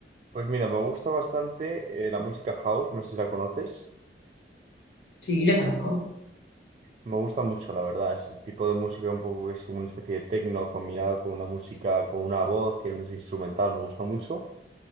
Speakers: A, on the right (about 40°); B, on the left (about 80°).
A: pues mira, me gusta bastante eh, la música house, no sé si la conoces.
B: Sí, le conozco.
A: Me gusta mucho, la verdad, es el tipo de música un poco que es como una especie de techno combinado con una música, con una voz y una música instrumental, me gusta mucho.